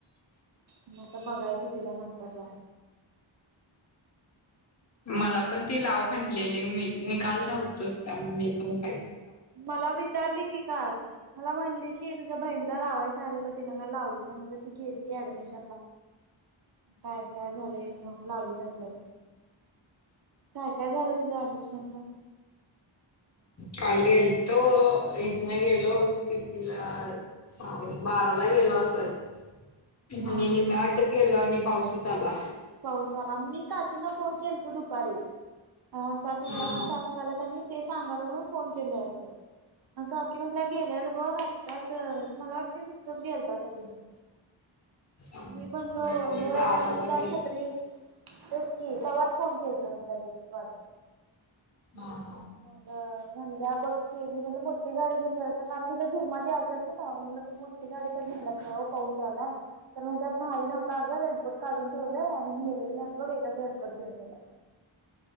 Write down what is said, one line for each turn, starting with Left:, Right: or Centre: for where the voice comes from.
Right: म आता बघायचं तिला नंतरला
Left: मला पण ती लाव म्हटलेली मी निकाल नव्हतोच त्यामुळे मी पण का
Right: मला विचारली की काल मला म्हणले की तुझ्या बहिणीला लावायच त काय लावलीच नाही त गेडमिश काय काय झाले मग लावली नसेल काय काय झालं तुझ्या ऍडमिशनच
Left: काल गेलतो इथन गेलो कि तिला सले बाराला गेलो असेल
Right: हा
Left: आणि निम् वाटत गेल आणि पावसच आला
Right: पाऊसाला मी काकीना फोन केल तो दुपारी अस असं
Left: हा
Right: मला पण टस् आलात आणि ते सांगायला म फोन केलय अस अ काकी म्हणला गेल्यावर ब घातताच मला वाटते नुसतच गेलतासा तुम्ही
Left: हा
Right: मी म्हणलो होय
Left: बाराला
Right: का मुला
Left: गेलो
Right: अचछ तेचकीि तवाच फोन खेळतो मी लगेचच वाढतो
Left: ह
Right: मग म्हणल्या बघकी मी म्हण मोठी गाडी घेऊन गय कारण त झिरमाट आलताच ना ग मोठी गाडी पाला तरण त्या ह न का अग रेनकोट काढून ठेवलंय आणि ने नाही बघ एकाच रनकोट घेन गेला